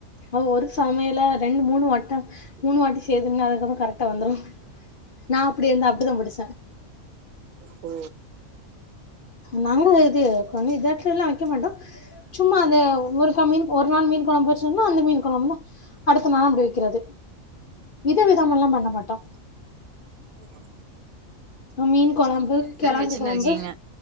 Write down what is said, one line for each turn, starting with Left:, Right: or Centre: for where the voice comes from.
Left: அ ஒரு சமையல ரெண்டு மூணு வாட்டம் மூணு வாட்டி சேய்தீங்ன்னா அதுக்கப்புறோ கரெக்டா வந்துரோ நா அப்டி இருந்தா அப்டிதா படிச்ச
Right: ஓ
Left: நாங்க இது கொஞ்சோ இதாட்டோலா வெக்க மாட்டோ சும்மா அந்த ஒரு கா மீன் ஒரு நாள் மீன் கொழம்பு வெச்சோன்னா அந்த மீன் கொழம்பு தா அடுத்த நாளு அப்டி வெக்குறது வித விதமல்லா பண்ண மாட்டோ
Right: பூ மா
Left: மீன் கொலம்பு கெலங்கு
Right: வெச்சுன்னு
Left: கொழம்பு
Right: இருக்கீங்க